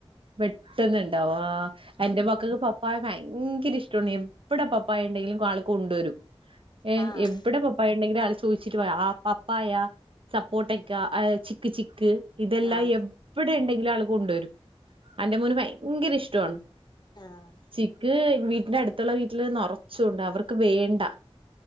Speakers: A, on the right; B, on the left.
A: പെട്ടെന്നുണ്ടാവു ആഹ് എന്റെ മക്കക്ക് പ പപ്പായ ഭയങ്കര ഇഷ്ട്ടോണ് എവിടെ പപ്പായ ഉണ്ടെങ്കിലും ആള് കൊണ്ടുവരും ഏ
B: ആഹ്
A: എവിടെ പപ്പ പായ ഉണ്ടെങ്കിലും ആള് ചോദിച്ചിട്ട് വാ പപ്പായ സപ്പോട്ടക്കാ ചിക്ക് ചിക്ക് ഇതെല്ലാം
B: ആഹ്
A: എവിടെ ഇണ്ടെങ്കിലും ആള് കൊണ്ടുവരും അന്റെ മോന് ഭയങ്കര ഇഷ്ട്ടോണ്
B: ആഹ്
A: ചിക്ക് വീട്ടിന്റെ അടുത്തുള്ള വീട്ടില് നെറ ച്ചുണ്ട് അവർക്ക് വേണ്ട